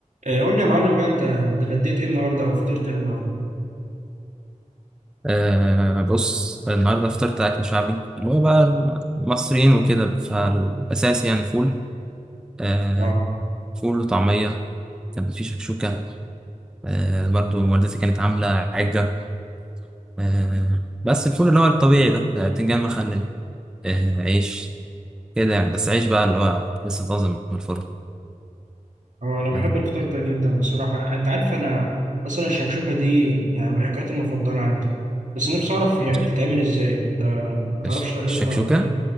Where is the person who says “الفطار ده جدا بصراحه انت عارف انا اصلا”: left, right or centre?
Right